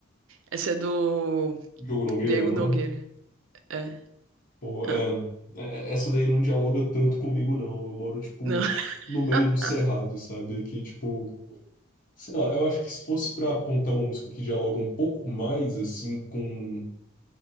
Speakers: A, on the right; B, on the left.
A: Essa é do
B: Diogo Nogueira,
A: Diego
B: não
A: Nogueira.
B: é?
A: É.
B: Pô, é,
A: Hã?
B: é- essa daí não dialoga tanto comigo, não. Eu moro, tipo,
A: Não.
B: no meio
A: <laughs>
B: do cerrado, sabe? Que, tipo, Sei lá, eu acho que se fosse pra apontar uma música que dialoga um pouco mais assim com,